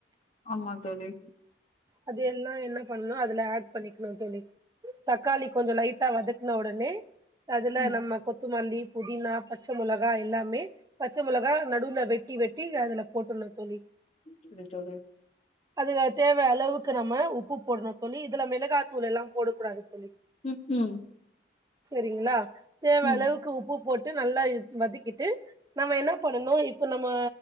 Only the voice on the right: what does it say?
அது எல்லா என்னா பண்ணு அதுல ஆட் பண்ணிக்கணு தோழி தக்காளி கொஞ்சோ லைட்டா வதக்குன உடனே அதுல
நம்ம கொத்துமல்லி புதினா பச்ச மொளகா எல்லாமே பச்ச மிளகா நடுவுல வெட்டி வெட்டி அதுல போட்டுணு தோழி
அதுல தேவ அளவுக்கு நம்ம உப்பு போட்ணு தோழி இதுல மிளகாத்தூள் எல்லா போடக்கூடாது தோழி
செரிங்களா தேவ
அளவுக்கு உப்பு போட்டு நல்லா இத் வதக்கிட்டு நம்ம என்ன பண்ணனு இப்ப நம்ம